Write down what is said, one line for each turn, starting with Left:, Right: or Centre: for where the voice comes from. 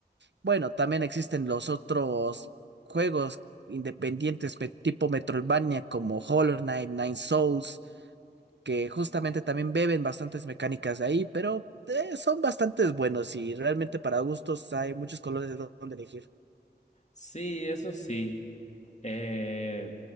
Right: bueno, también existen los otros juegos independientes pe- tipo Metroidvania como Hollow Knight, Nine Souls, que justamente también beben bastantes mecánicas de ahí, pero eh, son bastantes buenos y realmente para gustos hay muchos colores de dónde elegir.
Left: Sí, eso sí. Eh,